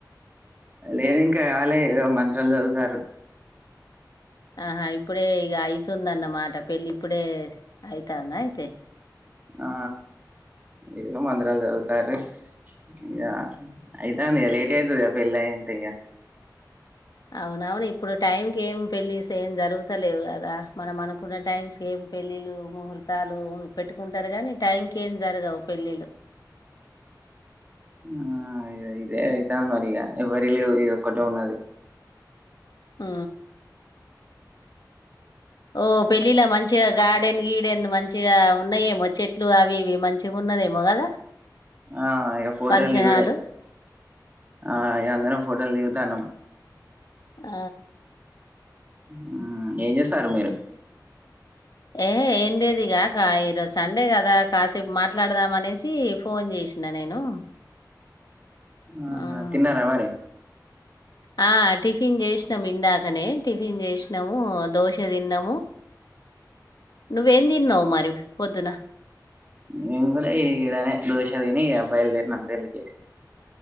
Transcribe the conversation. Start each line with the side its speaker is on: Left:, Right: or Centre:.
Right: లేదు ఇంకా కాలే ఏదో మంత్రాలు చదువుతారు
Left: ఆహా ఇప్పుడే ఇక అవుతుందన్నమాట పెళ్లి ఇప్పుడే అయితాందా అయితే
Right: ఆ ఏదో మంత్రాలు చదువుతారు ఇగ అయితాంది కదా లేట్ అయితది పెళ్ళి అంటే ఇక
Left: అవునవును ఇప్పుడు టైమ్ కి ఏం పెళ్లిస్ ఏం జరుగుతలేవు కదా మనం అనుకున్న టైమ్స్ ఏం పెళ్లిళ్లు ముహూర్తాలు పెట్టుకుంటారు కానీ టైమ్ కి ఏం జరగవు పెళ్లిళ్లు
Right: ఆ ఇగ ఇదే అయితాంది మరీ ఇగ ఎవరివి లేవ ఇది ఒక్కటే ఉన్నది
Left: ఊ ఓ పెళ్ళిలా మంచిగా గార్డెన్ గీడెన్ మంచిగా ఉన్నాయేమో చెట్లు అవి ఇవి మంచిగా ఉన్నదేమో కదా
Right: ఆ ఇక ఫోటోలు
Left: ఫంక్షన్
Right: దిగుడే
Left: హాలు
Right: ఆ ఇక అందరం ఫోటోలు ధనం
Left: ఆ
Right: ఊ ఏం చేస్తారు మీరు
Left: ఏ ఏండేదిగా కా ఈరోజు సండే కదా కాసేపు మాట్లాడదామ అనేసి ఫోన్ చేసిన నేను
Right: ఆహా
Left: ఉమ్
Right: తిన్నారా మరి
Left: ఆ! టిఫిన్ చేసినాము ఇందాకనే టిఫిన్ చేసినాము దోశ తిన్నాము నువ్వేం తిన్నావు మరి పొద్దున
Right: నేను కూడా ఈ ఇడనే దోశ తిని ఈ బయల్దేర్ణం పెళ్లికి